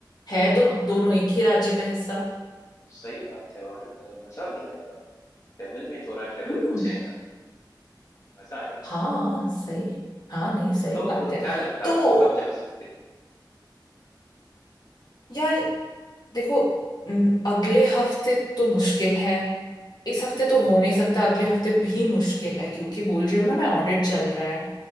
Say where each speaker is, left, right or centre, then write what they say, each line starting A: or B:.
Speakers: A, on the left; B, on the left.
A: है
B: हाँ
A: तो दोनों एक ही राज्य का हिस्सा
B: सही बात है और अ, मज़ा भी आएगा। ट्रैवल में थोड़ा ट्रैवल
A: हम्म
B: हो जाएगा, मज़ा आएगा।
A: हाँ सही हाँ नहीं सही
B: तो
A: बात
B: अ,
A: है
B: क्या लगता
A: तो
B: है आपको कब जा सकते हैं?
A: यार देखो न- अगले हफ्ते तो मुश्किल है इस हफ्ते
B: हुँ, हुँ।
A: तो हो नहीं सकता अगले हफ्ते भी मुश्किल है क्योंकि बोल रही हूँ ना मैं ऑडिट चल रहा है